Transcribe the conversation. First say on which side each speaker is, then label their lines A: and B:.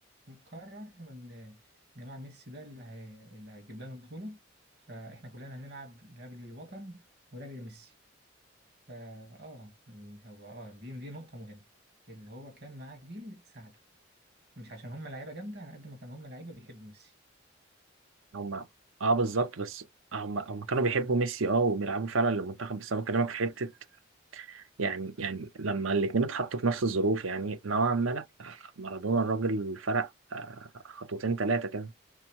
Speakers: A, on the right (about 50°); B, on the right (about 80°).
A: مقرر ان إن جماعة ميسي ده اللي هي... اللي هيجيب لنا البطولة فاحنا كلنا هنلعب لاجل الوطن ولاجل ميسي فا اه هو اه دي دي نقطة مهمة ان هو كان معاه جيل ساعده مش عشان هم لعيبة جامدة على قد ما كان هم لعيبة بيحبوا ميسي
B: هم اه بالظبط بس هم هم كانوا بيحبوا ميسي اه وبيلعبوا فعلا للمنتخب بس انا بكلمك في حته يعني يعني لما الاثنين اتحطوا في نفس الظروف يعني نوعا ما لا مارادونا الراجل فرق آه، خطوتين ثلاثه كده